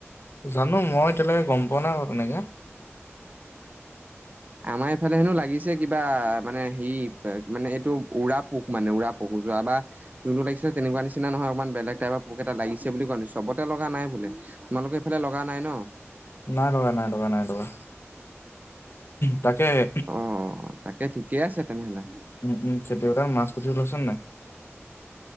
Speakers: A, on the left; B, on the right.
A: জানো মই এতিয়ালৈকে গম পোৱা নাই বাৰু তেনেকে
B: আমাৰ এইফালে হেনু লাগিছে কিবা মানে হেৰি মানে এইটো উৰাপ পোক মানে উৰা পোক, যোৱা বাৰ যোনটো লাগিছে তেনেকুৱা নিচি নহয়, অকমান বেলেগ টাইপৰ পোক এটা লাগিছে বুলি কোৱা <unintelligible> চবতে লগা নাই বোলে। তোমালোকে এইফালে লগা নাই ন?
A: নাই লগা, নাই লগা, নাই লগা, তাকেহে
B: অ' তাকে ঠিকেই আছে তেনেহলে।
A: উম, উম, খেতি পথাৰত মাছ পুথি ওলাইছে নাই?